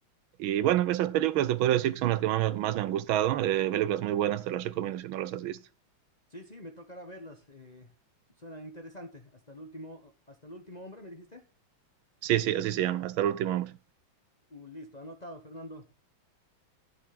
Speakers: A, on the right (about 80°); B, on the left (about 30°).
A: Y bueno, esas películas te podría decir que son las que más, me- más me han gustado. eh, películas muy buenas, te las recomiendo si no las has visto.
B: Sí, sí, me tocará verlas. eh, suenan interesante. Hasta el último, hasta el último hombre, ¿me dijiste?
A: Sí, sí, así se llama, hasta el último hombre.
B: Uh, listo, anotado, Fernando.